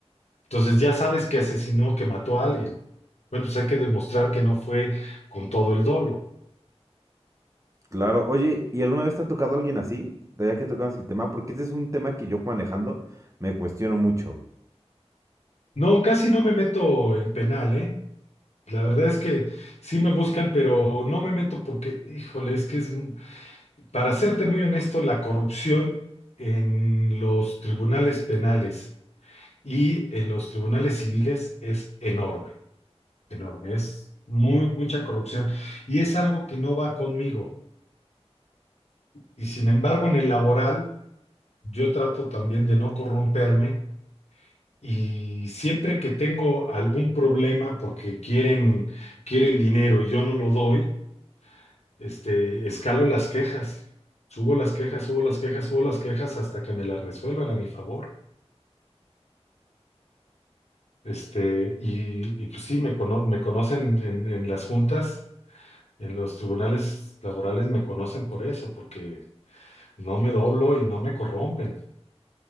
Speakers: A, on the left (about 75°); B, on the right (about 30°).
A: Entonces ya sabes que asesinó, que mató a alguien. Bueno, pues hay que demostrar que no fue con todo el dolo.
B: Claro, oye, ¿y alguna vez te ha tocado alguien así? Ya que tocamos el tema, porque este es un tema que yo manejando me cuestiono mucho.
A: No, casi no me meto en penal, ¿eh? La verdad es que sí me buscan, pero no me meto porque, híjole, es que es, para serte muy honesto, la corrupción en los tribunales penales y en los tribunales civiles es enorme. enorme, es muy, mucha corrupción y es algo que no va conmigo. Y, sin embargo, en el laboral, yo trato también de no corromperme y siempre que tengo algún problema porque quieren, quieren dinero y yo no lo doy, este, escalo las quejas, subo las quejas, subo las quejas, subo las quejas hasta que me las resuelvan a mi favor. Este, y, y pues sí, me, cono- me conocen en en las juntas en los tribunales laborales me conocen por eso, porque No me doblo y no me corrompen.